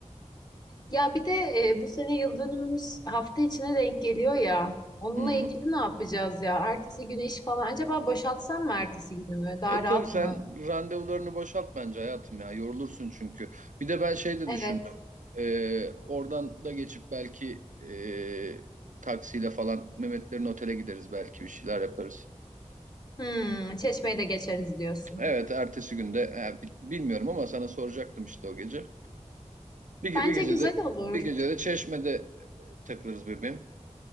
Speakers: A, on the left (about 35°); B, on the right (about 85°).
A: Ya bir de e, bu sene yıl dönümümüz hafta içine denk geliyor ya. Onunla
B: Hı hı.
A: ilgili ne yapacağız ya? Ertesi günü iş falan. Acaba boşaltsam mı ertesi günümü? Daha
B: E tabii
A: rahat
B: sen
A: mı
B: randevularını boşalt bence hayatım ya. Yorulursun çünkü. Bir de ben şey de
A: Evet.
B: düşündüm. E, oradan da geçip belki e, taksiyle falan Mehmetlerin otele gideriz belki bir şeyler yaparız.
A: Hmm, Çeşme'yi de geçeriz diyorsun.
B: Evet ertesi günde e, bi- bilmiyorum ama sana soracaktım işte o gece. Bir, ge-
A: Bence
B: bir gecede
A: güzel olur.
B: bir gecede Çeşme'de takılırız bebeğim.